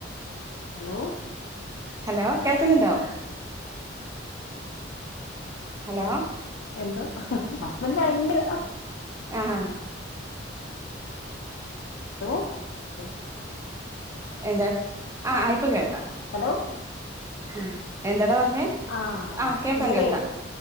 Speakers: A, on the left (about 70°); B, on the right (about 15°).
A: ഹലോ
B: ഹലോ കേൾക്കുന്നുണ്ടോ? ഹലോ
A: എന്തോ ഹസ്ബന്റ് ഭയങ്കര
B: ആഹാ
A: ഓഹ്
B: എന്താ ആഹ് ഇപ്പം കേൾക്കാം
A: ഹലോ
B: ആഹ് എന്താടാ പറഞ്ഞേ
A: ആഹ്
B: ആ കേൾക്കാം
A: ഇവിടേയ്
B: കേൾക്കാം